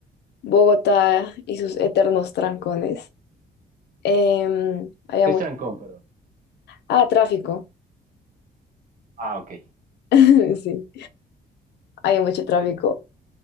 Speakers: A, on the left; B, on the right.
A: Bogotá y sus eternos trancones. Em, había
B: es
A: mucho...
B: trancón, perdón?
A: Ah, tráfico.
B: Ah, ok.
A: <laughs> Sí, había mucho tráfico.